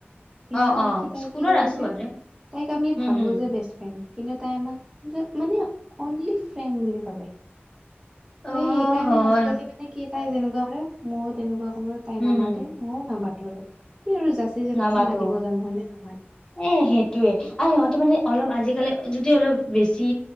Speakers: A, on the right; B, on the left.
A: কিন্ত
B: অ
A: মানে
B: অ
A: কি তাই
B: স্কুলৰ
A: কি কৰিছে
B: আছো বাৰু
A: তাইক আমি
B: উম
A: ভাবো
B: হম
A: যে বেষ্ট ফ্ৰেণ্ড কিন্তু তাই আমাক মানে অনলি ফ্ৰেণ্ড বুলি ভাবে।
B: অ
A: সেই সেইকাৰণে
B: হয়
A: আজিকালি মানে কি তাই যেনেকুৱা কৰে মইও তেনেকুৱা কৰোঁ, তাই
B: উম
A: নামাতে
B: হম
A: ম‌ইও নামাতো আৰু কি আৰু জাচি জাচি
B: নামাতো
A: মাতিব যাম হয় নে নহয়?
B: এ সেইটোয়ে আৰু সিহঁতি মানে অলপ আজিকালি যদি অলপ বেছি